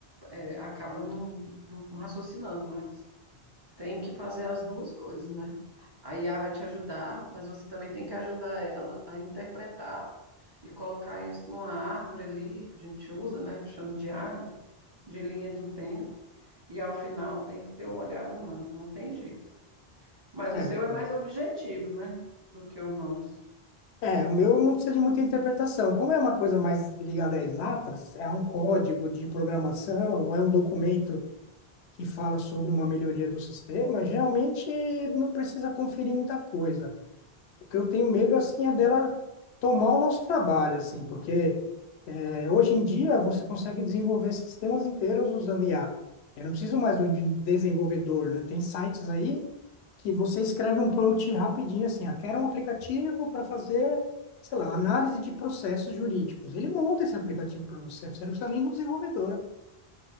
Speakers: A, on the right; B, on the left.
A: é, acaba não, não raciocinando, mas tem que fazer as duas coisas, né? A IA vai te ajudar, mas você também tem que ajudar ela a interpretar e colocar isso numa árvore ali, que a gente usa, né? Eu chamo de árvore, de linha do tempo. E ao final tem que ter o olhar humano, não tem jeito. Mas o
B: É
A: seu
B: verdade.
A: é mais objetivo, né? Do que o nosso.
B: É, o meu não precisa de muita interpretação. Como é uma coisa mais ligada a exatas, é um código de programação, ou é um documento que fala sobre uma melhoria do sistema, geralmente não precisa conferir muita coisa. O que eu tenho medo, assim, é dela tomar o nosso trabalho, assim, porque é, hoje em dia você consegue desenvolver sistemas inteiros usando IA. Eu não preciso mais de um desenvolvedor, né? Tem sites aí que você escreve um prompt rapidinho assim, ah, quero um aplicativo para fazer, sei lá, análise de processos jurídicos. Ele monta esse aplicativo para você, você não precisa nem do desenvolvedor.